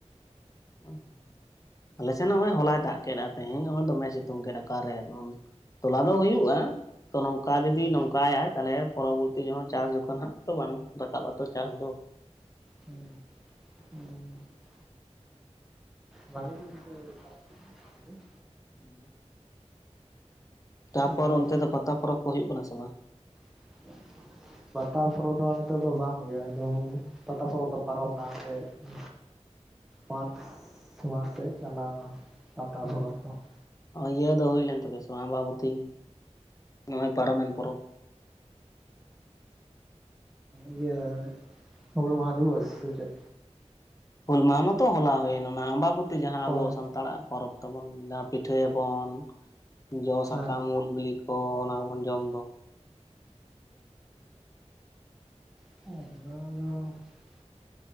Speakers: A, on the left; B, in the centre.
A: <unintelligible> ᱟᱞᱮ ᱥᱮᱱ ᱦᱚᱸᱜᱼᱚᱭ ᱦᱚᱞᱟᱭ ᱫᱟᱜ ᱠᱮᱫᱼᱟ ᱛᱮᱦᱮᱧ ᱱᱚᱜᱼᱚᱭ ᱫᱚᱢᱮ ᱥᱤᱛᱩᱝ ᱠᱮᱫ ᱚᱠᱟᱨᱮ ᱛᱚᱞᱟ ᱫᱚ ᱦᱩᱭᱩᱜᱼᱟ ᱛᱚ ᱱᱚᱝᱠᱟ <unintelligible> ᱡᱩᱫᱤ
B: ᱦᱮᱸ
A: ᱱᱚᱝᱠᱟᱭᱟ ᱛᱟᱦᱚᱞᱮ ᱯᱚᱨᱚᱵᱚᱨᱛᱤ ᱡᱟᱦᱟᱸ ᱪᱟᱥ ᱡᱩᱠᱷᱟᱱ ᱦᱟᱸᱜ ᱛᱚ ᱵᱟᱝ ᱨᱟᱠᱟᱵ ᱟᱛᱚ ᱪᱟᱥ ᱫᱚ ᱾
B: ᱦᱮᱸ ᱦᱮᱸ ᱾ ᱵᱷᱟᱹᱞᱤ ᱜᱮ <unintelligible>
A: ᱦᱩᱸᱻ ᱾ ᱛᱟᱨᱯᱚᱨ
B: ᱮᱸ
A: ᱚᱱᱛᱮ ᱫᱚ ᱯᱟᱛᱟ ᱯᱚᱨᱚᱵᱽ ᱠᱚ ᱦᱩᱭᱩᱜ ᱠᱟᱱᱟ ᱥᱮ ᱵᱟᱝ?
B: <unintelligible> ᱵᱟᱛᱟ ᱯᱚᱨᱚᱵ ᱫᱚ ᱱᱤᱛᱚᱜ ᱫᱚ ᱵᱟᱝ ᱦᱩᱭᱩᱜᱼᱟ ᱮᱠᱫᱚᱢ ᱯᱟᱛᱟ ᱯᱚᱨᱚᱵᱽ ᱫᱚ ᱯᱟᱨᱚᱢᱱᱟ <unintelligible> ᱢᱟᱨᱪ <unintelligible> ᱱᱚᱣᱟ ᱥᱮᱫ ᱪᱟᱞᱟᱣᱱᱟ <unintelligible> ᱯᱟᱛᱟ ᱯᱚᱨᱚᱵᱽ ᱫᱚ ᱾
A: ᱤᱭᱟᱹ ᱫᱚ ᱦᱩᱭ ᱞᱮᱱ ᱛᱟᱯᱮᱭᱟ ᱥᱮ ᱟᱢᱵᱟᱵᱚᱛᱤ <inaudible> ᱱᱚᱜᱼᱚᱭ ᱯᱟᱨᱚᱢᱮᱱ ᱯᱚᱨᱚᱵᱽ?
B: ᱤᱭᱟᱹ <unintelligible> ᱦᱩᱞ ᱢᱟᱦᱟ ᱫᱤᱵᱚᱥ ᱥᱮ ᱪᱮᱫ?
A: ᱦᱩᱞ ᱢᱟᱦᱟᱸ ᱢᱟᱛᱚ ᱦᱚᱞᱟ ᱦᱩᱭᱮᱱ ᱚᱱᱟ ᱟᱢᱵᱟᱵᱚᱛᱤ ᱡᱟᱦᱟᱸ
B: ᱦᱳᱭ
A: ᱟᱵᱚ ᱥᱟᱱᱛᱟᱲᱟᱜ ᱯᱚᱨᱚᱵᱽ ᱾ ᱛᱟᱵᱚᱱ ᱡᱟᱦᱟᱸ ᱯᱤᱴᱷᱟᱹᱭᱟᱵᱚᱱ ᱡᱚ ᱥᱟᱠᱟᱢ
B: ᱦᱮᱸ
A: ᱩᱞ ᱵᱤᱞᱤ ᱠᱚ ᱚᱱᱟ ᱠᱚᱵᱚᱱ ᱡᱚᱢ ᱫᱚ ᱾
B: <unintelligible>